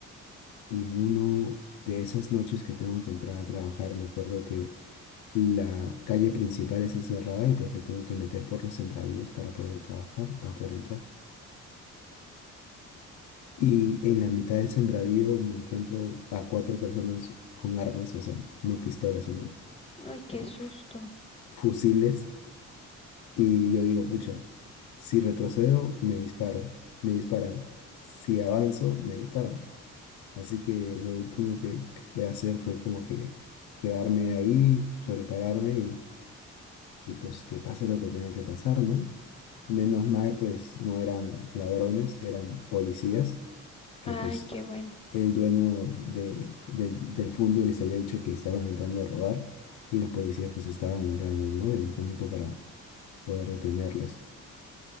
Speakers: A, on the left; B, on the left.
A: Y en uno de esas noches que tengo que entrar a trabajar, me acuerdo que la calle principal está cerrada y pues me tengo que meter por los sembradíos para poder trabajar, para poder entrar. Y en la mitad del sembradío me encuentro a cuatro personas con armas, o sea, no pistolas, sino
B: Ay, qué
A: f-
B: susto.
A: fusiles. Y yo digo, pucha, si retrocedo, me disparo, me disparan. Si avanzo, me disparan. Así que lo último que, que quedé hacer fue como que quedarme ahí, sobrepararme y, y pues que pase lo que tenga que pasar, ¿no? Menos mal, pues no eran ladrones, eran policías, que
B: Ay,
A: pues
B: qué bueno.
A: el dueño de, del, del fondo les había dicho que estaban entrando a robar y los policías pues estaban entrando, ¿no? De incógnito para poder detenerlos.